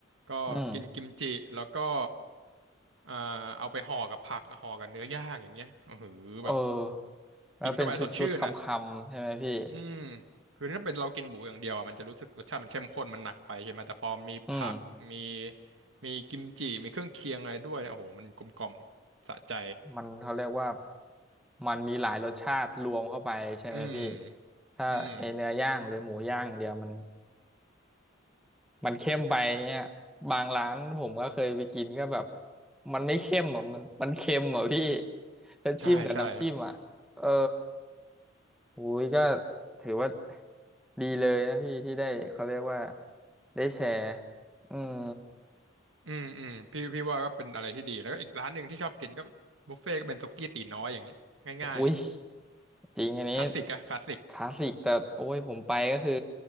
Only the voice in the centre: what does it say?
อืม
เออแล้วเป็นชุดๆคำๆใช่ไหมพี่
อืม
มันเขาเรียกว่ามันมีหลายรสชาติรวมเข้าไปใช่ไหมพี่
ถ้าไอเนื้อย่างหรือหมูย่างอย่างเดียวมัน
มันเข้มไปเงี้ยบางร้านผมก็เคยไปกินก็แบบมันไม่เข้มอ่ะมันมันเค็มอ่ะพี่แล้วจิ้มกับน้ำจิ้มอ่ะเออ
อุ้ยก็ถือว่าดีเลยนะพี่ที่ได้เขาเรียกว่าได้แชร์อืม
อุ้ยจริงอันนี้
คลาสสิกแต่โอ้ยผมไปก็คือ